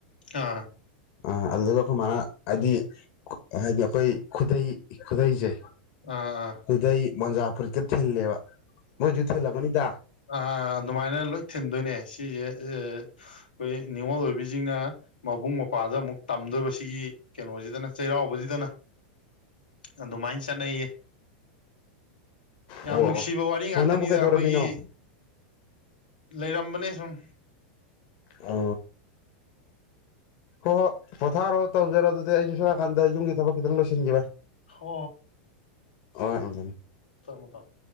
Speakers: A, on the left (about 85°); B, on the left (about 55°).
A: ꯑꯥ
B: ꯑ ꯑꯗꯨꯗꯨꯒ ꯑꯩꯈꯣꯏ ꯃꯥꯅ ꯍꯥꯏꯗꯤ ꯍꯥꯏꯗꯤ ꯑꯩꯈꯣꯏ ꯈꯨꯗꯩ ꯈꯨꯗꯩꯁꯦ
A: ꯑꯥ ꯑꯥ
B: ꯈꯨꯗꯩ ꯃꯣꯟꯖꯥ ꯐꯨꯔꯤꯀ ꯊꯤꯜꯂꯦꯕ ꯃꯣꯏ ꯌꯨꯊ ꯂꯕꯅꯤꯗ
A: ꯑ ꯑꯗꯨꯃꯥꯏꯅ ꯂꯣꯏ ꯊꯤꯟꯗꯣꯏꯅꯦ ꯁꯤꯁꯦ ꯑꯩꯈꯣꯏ ꯅꯤꯡꯅꯤꯉꯣꯜ ꯑꯣꯏꯕꯤꯁꯤꯡꯅ ꯃꯕꯨꯡ ꯃꯧꯄ꯭ꯋꯥꯗ ꯑꯃꯨꯛ ꯇꯝꯗꯣꯏꯕ ꯁꯤꯒꯤ ꯀꯩꯅꯣꯁꯤꯗꯅ ꯆꯩꯔꯥꯎꯕꯁꯤꯗꯅ ꯑꯗꯨꯃꯥꯏꯅ ꯆꯠꯅꯩꯌꯦ ꯌꯥꯝ
B: ꯑꯣ
A: ꯅꯨꯡꯁꯤꯕ
B: ꯑꯣ
A: ꯋꯥꯔꯤ ꯉꯥꯛꯇꯅꯤꯗ
B: ꯑꯣ ꯅꯪꯕꯨ ꯀꯩꯗꯧꯔꯝꯃꯤꯅꯣ
A: ꯑꯩꯈꯣꯏꯒꯤ ꯂꯩꯔꯝꯕꯅꯦ ꯁꯨꯝ
B: ꯑ ꯀꯣ ꯄꯊꯥꯔꯣꯗ ꯇꯧꯖꯔꯣ ꯑꯗꯨꯗꯤ ꯑꯩꯁꯨ ꯁꯣꯏꯛꯀꯥꯟꯗ ꯌꯨꯝꯒꯤ ꯊꯕꯛ ꯈꯤꯇꯪ ꯂꯣꯏꯁꯤꯟꯈꯤꯕ
A: ꯍ
B: ꯑꯣꯖ
A: ꯆꯃꯗꯝ